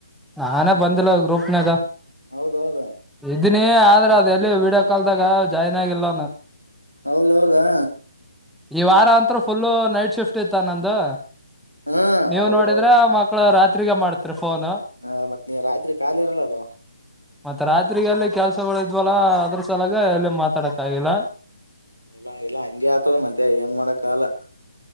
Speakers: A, in the centre; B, on the right.
A: ನಾನೇ ಬಂದಿಲ್ಲ ಗ್ರೂಪ್ನಾಗ.
B: ಹೌದೌದ.
A: ಇದನಿ ಆದ್ರ ಅದ ಎಲ್ಲಿ ವಿಡಿಯೋ ಕಾಲ್ದಾಗ. ಜಾಯಿನ್ ಆಗಿಲ್ಲ ನಾನ್.
B: ಹೌದೌದಾ
A: ಈ ವಾರ ಅಂತ್ರ ಫುಲ್ ನೈಟ್ ಶಿಫ್ಟ್ ಇತ್ತ ನಂದು.
B: ಹಾ
A: ನೀವು
B: ಹೌದೌದು
A: ನೋಡಿದ್ರೆ ಮಕ್ಳು ರಾತ್ರಿಗೆ ಮಾಡ್ತರಿ ಫೋನು.
B: ಹ ಮತ್ತ ನೀ ರಾತ್ರಿ ಕಾಲಿ ಇರಲ್ಲಲ್ವಾ.
A: ಮತ್ತೆ ರಾತ್ರಿಗೆ ಅಲ್ಲಿ ಕೆಲ್ಸಗಳ ಇದ್ವಲ್ಲ ಅದ್ರ ಸಲವಾಗ ಎಲ್ಲಿ ಮಾತಾಡಕ್ ಆಗಿಲ್ಲ.
B: ಇಲ್ಲಾ ಇಲ್ಲಾ ಹಂಗೆ ಆತದ ಮತ್ತ ಏನ್ ಮಾಡಕ್ ಆಗಲ್ಲ.